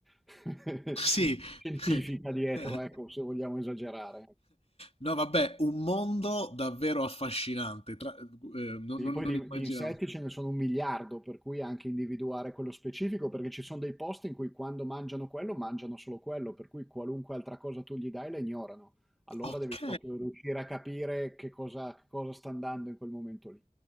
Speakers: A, in the centre; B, on the left.
A: <laughs>
B: Sì.
A: scientifica
B: <laughs>
A: dietro, ecco, se vogliamo esagerare.
B: No, vabbè, un mondo davvero affascinante. tra- eh, non,
A: Sì,
B: non-
A: poi
B: non
A: di,
B: immaginavo.
A: di insetti ce ne sono un miliardo, per cui anche individuare quello specifico, perché ci sono dei posti in cui quando mangiano quello, mangiano solo quello, per cui qualunque altra cosa tu gli dai la ignorano. Allora
B: Ok.
A: devi proprio riuscire a capire che cosa, che cosa sta andando in quel momento lì.